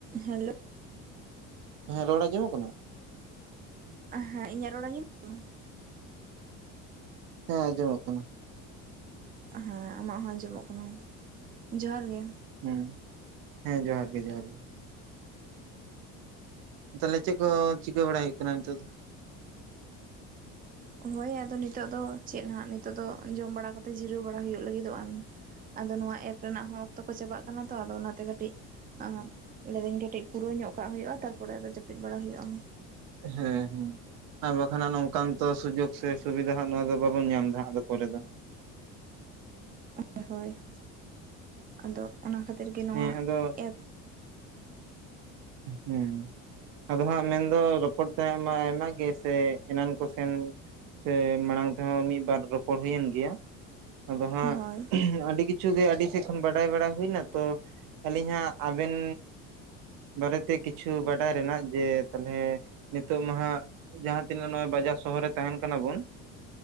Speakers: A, on the right; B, on the right.
A: Hello
B: ᱦᱮᱸ, ᱨᱚᱲ ᱟᱸᱡᱚᱢᱚ ᱠᱟᱱᱟ?
A: ᱦᱮᱸ, ᱤᱧᱟᱹᱜ ᱨᱚᱲ ᱟᱸᱡᱚᱢ ᱠᱟᱱᱟ?
B: ᱦᱮᱸ, ᱟᱸᱡᱚᱢᱚᱜ ᱠᱟᱱᱟ ᱾
A: ᱦᱮᱸ ᱟᱢᱟᱜ ᱦᱚᱸ ᱟᱸᱡᱚᱢᱚᱜ ᱠᱟᱱᱟ ᱡᱚᱦᱟᱨ ᱜᱮ᱾
B: ᱦᱩᱸ ᱦᱮᱸ ᱡᱚᱦᱟᱨ ᱜᱮ ᱡᱚᱦᱟᱨ ᱜᱮ᱾ ᱛᱟᱦᱚᱞᱮ ᱪᱮᱫ ᱠᱚ ᱪᱤᱠᱟᱹ ᱵᱟᱲᱟ ᱦᱩᱭᱩᱜ ᱠᱟᱱᱟ ᱱᱤᱛ ᱫᱚ᱾
A: ᱦᱳᱭ ᱟᱫᱚ ᱱᱤᱛᱚᱜ ᱫᱚ ᱪᱮᱫ ᱱᱟᱜ ᱱᱤᱛᱚᱜ ᱫᱚ ᱡᱚᱢ ᱵᱟᱲᱟ ᱠᱟᱛᱮ ᱡᱤᱨᱟᱹᱣ ᱵᱟᱲᱟ ᱦᱩᱭᱩᱜ ᱞᱟᱹᱜᱤᱫᱚᱜ ᱟᱱ ᱟᱫᱚ ᱱᱚᱣᱟ ᱮᱯ ᱨᱮᱱᱟᱜ ᱦᱚᱸ ᱚᱠᱛᱚ ᱠᱚ ᱪᱟᱵᱟ ᱠᱟᱱᱟ ᱛᱚ ᱟᱫᱚ ᱚᱱᱟᱛᱮ ᱠᱟᱹᱴᱤᱡ ᱟᱵ ᱞᱟᱹᱭ ᱫᱤᱱ ᱠᱟᱹᱴᱤᱡ ᱯᱩᱨᱟᱹ ᱧᱚᱜ ᱠᱟᱜ ᱦᱩᱭᱩᱜᱼᱟ᱾ ᱛᱟᱨᱯᱚᱨᱮ ᱟᱫᱚ ᱡᱟᱹᱯᱤᱫ ᱵᱟᱲᱟ ᱦᱳᱭᱳᱜᱼᱟ᱾
B: ᱦᱮᱸ ᱦᱮᱸ᱾ ᱟᱨ ᱵᱟᱠᱷᱟᱱᱜ ᱱᱚᱝᱠᱟᱱ ᱛᱚ ᱥᱩᱡᱳᱜᱽ ᱥᱮ ᱥᱩᱵᱤᱫᱷᱟ ᱦᱚᱸ ᱱᱚᱣᱟ ᱫᱚ ᱵᱟᱵᱚᱱ ᱧᱟᱢ ᱮᱫᱟ ᱟᱫᱚ ᱯᱚᱨᱮ ᱫᱚ᱾
A: ᱦᱳᱭ ᱦᱳᱭ ᱟᱫᱚ ᱚᱱᱟ ᱠᱷᱟᱹᱛᱤᱨ ᱜᱮ ᱱᱚᱣᱟ
B: ᱦᱮᱸ ᱟᱫᱚ
A: ᱮᱯ
B: ᱦᱩᱸ᱾ ᱟᱫᱚ ᱦᱟᱸᱜ ᱢᱮᱱᱫᱚ ᱨᱚᱯᱚᱲ ᱛᱟᱦᱮᱸ ᱢᱟ ᱟᱭᱢᱟ ᱜᱮ ᱥᱮ ᱮᱱᱟᱱ ᱠᱚᱥᱮᱱ ᱥᱮ ᱢᱟᱲᱟᱝ ᱛᱮᱦᱚᱸ ᱢᱤᱫᱵᱟᱨ ᱨᱚᱯᱚᱲ ᱦᱩᱭᱮᱱ ᱜᱮᱭᱟ ᱟᱫᱚ ᱦᱟᱸᱜ
A: ᱦᱳᱭ
B: ᱟᱹᱰᱤ ᱠᱤᱪᱷᱩ ᱠᱤᱪᱷᱩ ᱜᱮ ᱟᱹᱰᱤ ᱥᱮᱫ ᱠᱷᱚᱱ ᱵᱟᱰᱟᱭ ᱵᱟᱲᱟ ᱦᱩᱭᱱᱟ ᱛᱚ, ᱟᱹᱞᱤᱧ ᱦᱟᱜᱸ ᱟᱵᱮᱱ ᱵᱟᱨᱮᱛᱮ ᱠᱤᱪᱷᱩ ᱵᱟᱰᱟᱭ ᱨᱮᱱᱟᱜ ᱡᱮ ᱛᱟᱦᱞᱮ ᱱᱤᱛᱚᱜ ᱢᱟᱦᱟᱸᱜ ᱡᱟᱦᱟᱸ ᱛᱤᱱᱟᱹᱜ ᱱᱚᱜᱼᱚᱭ ᱵᱟᱡᱟᱨ ᱥᱚᱦᱚᱨ ᱨᱮ ᱛᱟᱦᱮᱱ ᱠᱟᱱᱟ ᱵᱚᱱ